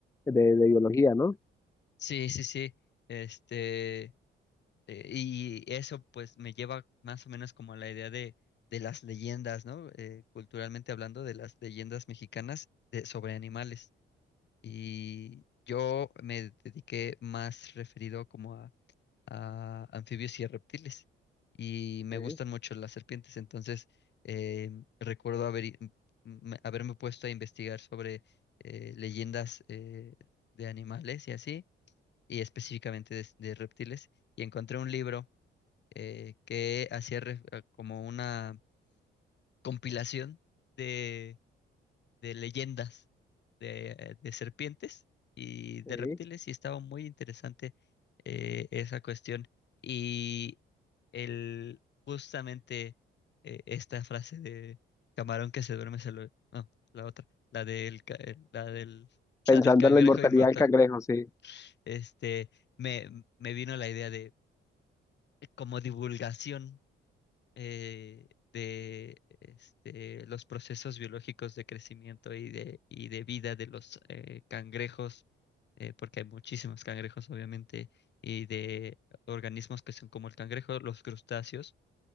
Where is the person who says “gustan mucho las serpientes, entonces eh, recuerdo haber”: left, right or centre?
Left